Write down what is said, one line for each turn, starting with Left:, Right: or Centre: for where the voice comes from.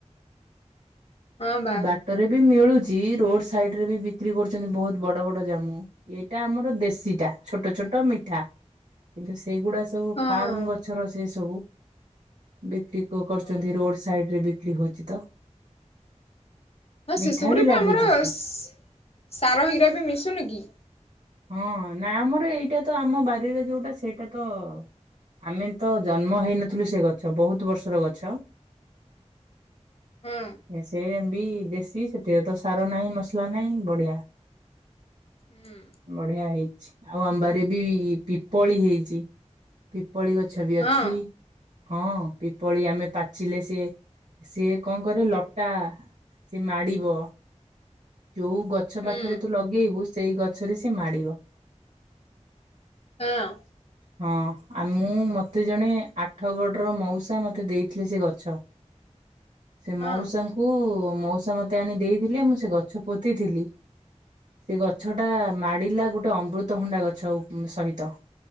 Left: ହଁ ବା
Right: ବାଟରେ ବି ମିଳୁଛି ରୋଡ ସାଇଡରେ ବି ବିକ୍ରି କରୁଛନ୍ତି ବହୁତ ବଡ ବଡ ଜାମୁ। ଏଇଟା ଆମର ଦେଶୀଟା ଛୋଟ ଛୋଟ ମିଠା। କିନ୍ତୁ ସେଗୁଡା ସବୁ
Left: ହଁ।
Right: ଫାର୍ମ ଗଛର ସେ ସବୁ। ବିକ୍ରି କ କରୁଛନ୍ତି
Left: ହଁ
Right: ରୋଡ ସାଇଡରେ ବିକ୍ରି ହଉଛି ତ।
Left: ହଁ ଶିସୁପରେ
Right: ମିଠା ଲାଗୁଛି
Left: ବି ଆମର
Right: ସେ।
Left: ସାର ହେଗିରା ବି ମିଶୁନି କି।
Right: ହଁ ନା ଆମର ଏଇଟା ତ ଆମ ବାରିରେ ଯୋଉଟା ସେଇଟା ତ ଆମେ ତ ଜନ୍ମ ହେଇନଥିଲୁ ସେ ଗଛ ବହୁତ ବର୍ଷର ଗଛ।
Left: ହଁ
Right: ସେ ଏମ ବି ଦେଶୀ ସେଥିରେ ତ ସାର ନାହିଁ ମସ ସଲା ନାଇଁ ବଢିଆ
Left: ହୁଁ
Right: ବଢିଆ ହେଇଛି। ଆଉ ଆମ ବାରିରେ ବି ପିପଳି ହେଇଛି ପିପଳି ଗଛ ବି
Left: ହଁ
Right: ଅଛି। ହଁ ପିପଳି ଆମେ ପାଚିଲେ ସିଏ ସିଏ କଣ କରେ ଲଟା ସିଏ ମାଡିବ। ଯୋଉ ଗଛ
Left: ହୁଁ
Right: ପାଖରେ ତୁ ଲଗେଇବୁ ସେଇ ଗଛରେ ସେ ମାଡିବ।
Left: ହଁ।
Right: <inaudible> ହଁ ଆ ମୁଁ ମତେ ଜଣେ ଆଠ ଗଡ଼ର ମଉସା ମତେ ଦେଇଥିଲେ ସେ ଗଛ। <inaudible> ସେ
Left: ହଁ
Right: ମଉସାଙ୍କୁ ମଉସା ମତେ ଆଣି ଦେଇଥିଲେ ମୁଁ ସେ ଗଛ ପୋତିଥିଲି। ସେ ଗଛଟା
Left: ହଁ
Right: ମାଡିଲା ଗୋଟେ ଅମୃତଭଣ୍ଡା ଗଛ ଉ ସହିତ।